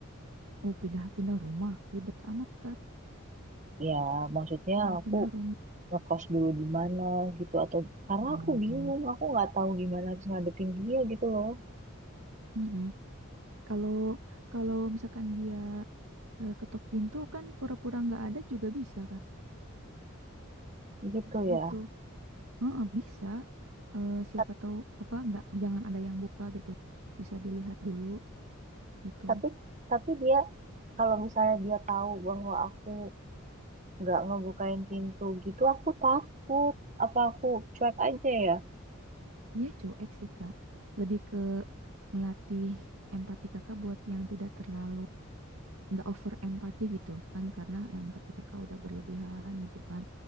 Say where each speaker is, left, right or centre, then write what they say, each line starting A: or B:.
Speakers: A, on the right; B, on the right.
A: Oh, pindah-pindah rumah. Ribet amat kan
B: Ya, maksudnya
A: kalau
B: aku
A: pindah rumah.
B: ngekos dulu di mana gitu atau karena
A: Oh,
B: aku bingung, aku nggak tahu gimana harus ngadepin dia gitu loh.
A: mm-mm. Kalau kalau misalkan dia eh, ketok pintu kan pura-pura nggak ada juga bisa kan?
B: Gitu ya.
A: Gitu. Heeh, bisa. Eh, siapa
B: Ta-
A: tahu apa nggak jangan ada yang buka gitu. Bisa dilihat dulu gitu.
B: Tapi tapi dia kalau misalnya dia tahu bahwa aku nggak ngebukain pintu
A: Oh,
B: gitu aku takut apa aku cuek aja ya
A: Iya cuek sih Kak. Lebih ke melatih empati Kakak buat yang tidak terlalu nggak over empati gitu kan karena empati Kakak udah berlebihan gitu kan.